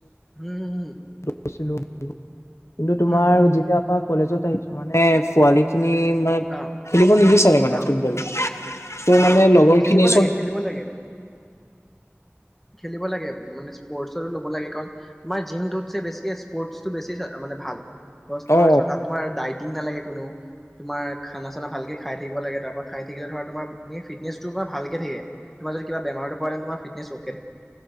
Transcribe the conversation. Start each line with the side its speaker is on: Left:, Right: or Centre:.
Centre: উ'মম
Left: গৈছিলোঁ বোলো <inaudible> কিন্তু তোমাৰ
Centre: হুম হুম হুম
Left: যেতিয়া পৰা কলেজত আহিছো, মানে পোৱালি মানে,
Centre: অ
Left: খেলিব নিবিচাৰে মানে,
Centre: অ
Left: ফুটবল ত'
Centre: অ
Left: মানে
Centre: অ
Left: লগৰ
Centre: খেলিব
Left: খিনিয়ে
Centre: লাগে
Left: চব
Centre: খেলিব লাগে খেলিব লাগে মানে স্পৰ্টচতো ল'ব লাগে, কাৰণ তোমাৰ জিমটোত চে বেছিকে স্পৰ্টটো বেছি মানে ভাল, তোমাৰ
Left: অ
Centre: ওচৰত তাত তোমাৰ ডাটিং নালাগে কোনো। তোমাৰ খানা চানা ভালকে খাই থাকিব লাগে, তাৰ পৰা খাই থাকিলে ধৰা তোমাৰ ফিটনেচটো তোমাৰ ভালকে থাকে। তোমাৰ যদি কিবা বেমাৰটো পৰে তোমাৰ ফিটনেচটো